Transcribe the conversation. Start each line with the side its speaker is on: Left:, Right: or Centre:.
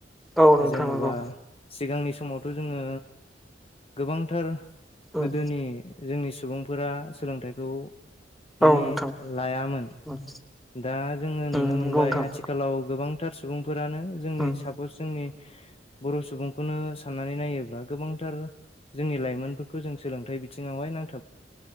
Centre: औ नोंथां
Left: जेनेबा
Centre: नंगौ
Left: सिगांनि समावथ' जोङो गोबांथार
Centre: ओं
Left: गोदोनि जोंनि सुबुंफोरा सोलोंथाइखौ माने
Centre: औ नोंथां
Left: लायामोन
Centre: ओं
Left: दा जोङो
Centre: ओं
Left: नुनो
Centre: नंगौ
Left: मोनबाय
Centre: नोंथां
Left: आथिखालाव गोबां थार सुबुंफोरानो जोंनि
Centre: ओं
Left: साफ जोंनि बर' सुबुंखौनो साननानै नायोब्ला गोबांथार जोंनि लाइमोन। खौ जों सोलोंथाइ बिथिङावहाय नांथाब।